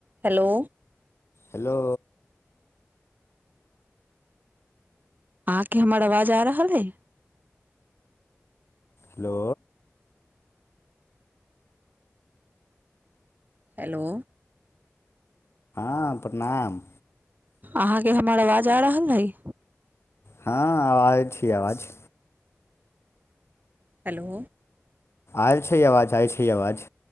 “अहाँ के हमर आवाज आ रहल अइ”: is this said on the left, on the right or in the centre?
Right